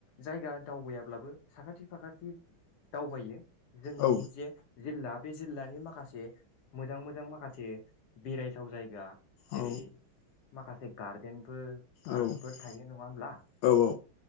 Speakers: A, on the left; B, on the left.
A: जायगा दावबायाब्लाबो साखाथि फाखाथि दावबायो जोंनि
B: औ
A: जे जिल्ला बे जिल्लानि माखासे मोजां मोजां माखासे बेरायथाव जायगा जेरै
B: औ
A: माखासे गार्देनफोर पार्कफोर
B: औ
A: थायो नङा होनोमब्ला?
B: औ